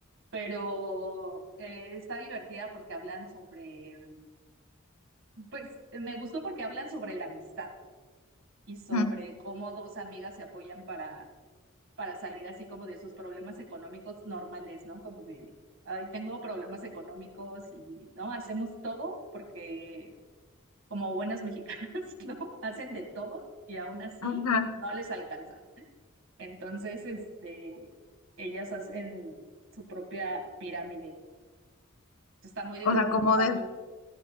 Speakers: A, on the right (about 65°); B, on the left (about 80°).
A: Pero eh, está divertida porque hablan sobre, pues me gustó porque hablan sobre la amistad y sobre
B: Ujú,
A: cómo dos amigas se apoyan para, para salir así como de sus problemas económicos normales, ¿no? Como de, ay, tengo problemas económicos y, ¿no? Hacemos todo porque como buenas mexicanas, <laughs> ¿no? Hacen de todo y aún así
B: Ajá.
A: no les alcanza. Entonces, este, ellas hacen su propia pirámide Está muy divertido,
B: O sea, como
A: está
B: de,
A: mu-